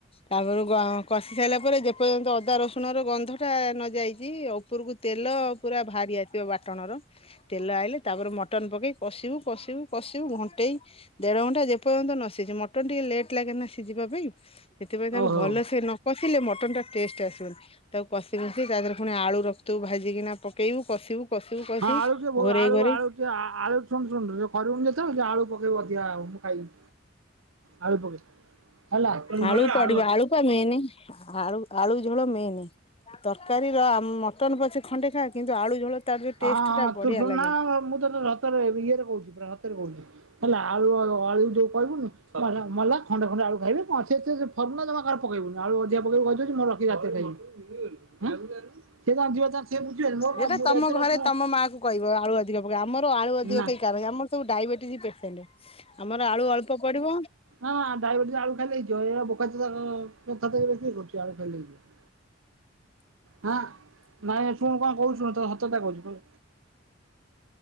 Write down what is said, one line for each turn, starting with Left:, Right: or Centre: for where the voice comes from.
Left: ତାପରକୁ ଆମେ କଷି ସାରିଲା ପରେ ଯେପର୍ଯ୍ୟନ୍ତ ଅଦା ରସୁଣ ର ଗନ୍ଧ ଟା ନଯାଇଛି ଓ ଉପରକୁ ତେଲ ପୁରା ବାହାରି ଆସିଥିବ ବାଟଣ ର ତେଲ ଆଇଲେ ତାପରେ ମଟନ ପକେଇ କଷିବୁ କଷିବୁ କଷିବୁ ଘଣ୍ଟେଇ ଦେଢ ଘଣ୍ଟା ଯେପର୍ଯ୍ୟନ୍ତ ନ ସିଝେ ମଟନ ଟିକେ ଲେଟ ଲାଗେ ନା ସିଝିବା ପାଇଁ ସେଥିପାଇଁ ତାକୁ
Right: ଓ ହଉ।
Left: ଭଲସେ ନ କଷିଲେ ମଟନ୍ ଟା ଟେଷ୍ଟ ଆସିବନି। ତାକୁ କଷି କଷି ତା ଦେହରେ ପୁଣି ଆଳୁ ରଖିଥିବୁ ଭାଜିକିନା ପକେଇବୁ କଷିବୁ କଷିବୁ କଷିବୁ
Right: ହଁ ଆଳୁ ଟିକେ ବହୁ
Left: ଘୋରେଇ
Right: ଆଳୁ
Left: ଘୋରେଇ
Right: ଆଳୁ ଟେ ଆଳୁ ଶୁଣ ଶୁଣୁ କରିବୁନି ତ ଯେତେବେ ଆଳୁ ପକେଇବୁ ଅଧିକା ମୁଁ ଖାଇବି। ଆଳୁ ପକେଇ ହେଲା
Left: ଆଳୁ ପଡିବ
Right: ହଁ
Left: ଆଳୁ ପା ମେନ ଆଳୁ ଆଳୁ ଝୋଳ ମେନ୍ ତରକାରୀର ମଟନ ପଛେ ଖଣ୍ଡେ ଖା କିନ୍ତୁ ଆଳୁ ଝୋଳ ତାର ଯୋଉ ଟେଷ୍ଟ
Right: ହଁ
Left: ଟା ବଢିଆ
Right: ତୁ ଶୁନା
Left: ଲାଗେ।
Right: ମୁଁ ତତେ ଧ ତରେ ଇଏରେ କହୁଛି ପୁରା ସତରେ କହୁଛି ହେଲା ଆଳୁ ଆଳୁ ଆଳୁ ଯୋଉ କହିବୁନି ମଲା ଖଣ୍ଡେ ଖଣ୍ଡେ ଆଳୁ ଖାଇବେ ସେଥିରେ ଫର୍ମୁଲା ଜମା କାହାର ପକେଇବୁନୁ ଆଳୁ ଅଧିକା ପକେଇବୁ କହି ମୋର ରଖିକି ରାତିରେ ଖାଇବି ହଁ ସେ ତାର ଯିବେ ତାର ସେ ବୁଝିବେନି ମୁଁ
Left: ଏଇଟା ତମ
Right: ଦାୟିତ୍ୱ
Left: ଘରେ
Right: ରେ ଅ
Left: ତମ ମା କୁ କହିବ ଆଳୁ ଅଧିକ ପକେଇବେ। ଆମର ଆଳୁ ଅଧିକ
Right: ନା
Left: କେଇ ଖାଇବେନି ଆମର ସବୁ ଡାଇବେଟିସ ପେସେଣ୍ଟ ଆମର ଆଳୁ ଅଳ୍ପ ପଡିବ
Right: ହଁ ଡାଇବେଟିସ୍ ଆଳୁ ଖାଇଲେ ହେଇଯିବ ଏ ବୋକାଚୋଦା ବୋକାଚୋଦା ଟା କିଏ କରୁଛି ଆଳୁ ଖାଇଲେ ହେଇଯିବ ହଁ ନାଇଁ ଶୁଣ କଣ କହୁଛି ଶୁଣ ତତେ ସତ କଥା କହୁଛି